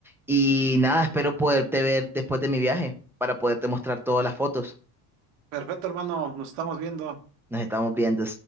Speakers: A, in the centre; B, on the right.
A: Y nada, espero poderte ver después de mi viaje para poderte mostrar todas las fotos.
B: Perfecto, hermano, nos estamos viendo.
A: Nos estamos viendo.